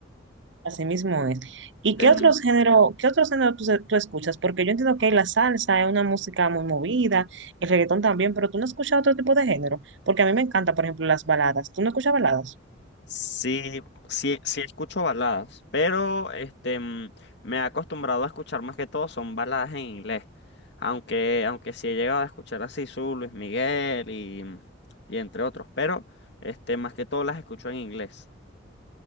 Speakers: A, on the right; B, on the left.
A: Así mismo es. ¿Y
B: Em,
A: qué otros género, qué otros género tú, se- tú escuchas? Porque yo entiendo que la salsa es una música muy movida, el reggaetón también, pero tú no escuchas otro tipo de género. Porque a mí me encanta, por ejemplo, las baladas. ¿Tú no escuchas baladas?
B: sí, sí, sí escucho baladas, pero este, em, me he acostumbrado a escuchar más que todo son baladas en inglés, aunque, aunque sí he llegado a escuchar así su Luis Miguel y, mm, y entre otros, pero este, más que todo las escucho en inglés.